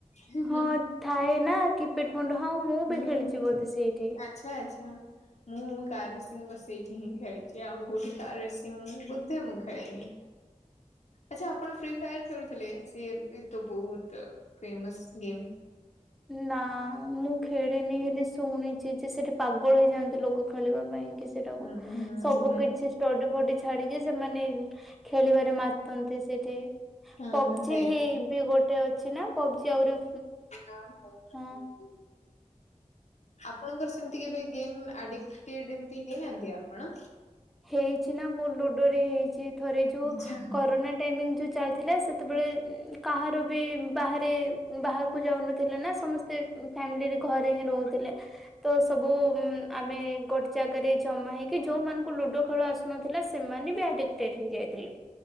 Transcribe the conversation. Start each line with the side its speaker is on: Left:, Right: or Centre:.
Left: ହୁଁ
Centre: ହଁ ଥାଏନା କିପଟ୍ ଫଣ୍ଡ୍ ହଁଉ ମୁଁ
Left: ହୁଁ
Centre: ବି ଖେଳିଛି ବୋଧେ ସେଇଠି।
Left: ଆଚ୍ଛା ଆଚ୍ଛା ମୁଁ ମୁଁ କାର୍ ରେସିଂ ବା ସେଇଠି ହିଁ ଖେଳି ଛି ଆଉ କୋଉଠି କାର୍ ରେସିଂ ବୋଧେ ମୁଁ ଖେଳିନି। ଆଚ୍ଛା ଆପଣ ଫ୍ରି ଫାୟାର୍ ଖେଳୁଥିଲେ? ସିଏ ବି ତ ବହୁତ ଫେମସ୍ ଗେମ୍।
Centre: ନା ମୁଁ ଖେଳିିନି ହେଲେ ଶୁଣିଛି ଯେ ସେଠ୍ ପାଗଳ ହେଇଯାଆନ୍ତି ଲୋକ ଖେଳିବା ପାଇଁ କି ସେଟାକୁ।
Left: ହୁଁ ହୁଁ
Centre: ସବୁ
Left: ହୁଁ
Centre: କିଛି ଟଡ଼ି ଫଡ଼ି ଛାଡିକି ସେମାନେ ଖେଳିବାରେ ମାତନ୍ତି ସେଠି।
Left: ହଁ
Centre: ପବ୍ଜି
Left: ସେଇଆ
Centre: ହେଇ ବି ଗୋଟେ ଅଛି ନା? ପବ୍ଜି ଆହୁରି
Left: ହଁ ହ ହ।
Centre: ହଁ
Left: ଆପଣଙ୍କର ସେମିତି କେବେ ଗେମ୍ ଆଡିକ୍ଟେଡ଼୍ ଏମତି ହେଇନାହାନ୍ତି ଆପଣ?
Centre: ହେଇଛି ନା ମୁଁ ଲୁଡ଼ୋ ରେ ହେଇଛି ଥରେ ଯୋଉ
Left: ହୁଁ
Centre: କରୋନା ଟାଇମିଂ ଯୋଉ ଚାଲ୍ ଥିଲା ସେତେବେଳେ କାହାର ବି ବାହାରେ ବାହାରକୁ ଯାଉନଥିଲେ ନା ସମସ୍ତେ ଫ୍ୟାମିଲିରେ ଘରେ ହିଁ ରହୁଥିଲେ। ତ ସବୁ ଆମେ ଗୋଟେ ଜାଗାରେ ଜମା ହେଇକି ଯୋଉ ମାନଙ୍କୁ ଙ୍କୁ ଲୁଡ଼ୋ ଖେଳୁ ଆସୁନଥିଲା ସେମାନେ ବି ଆଡିକ୍ଟେଡ଼୍ ହେଇଯାଇଥିଲେ।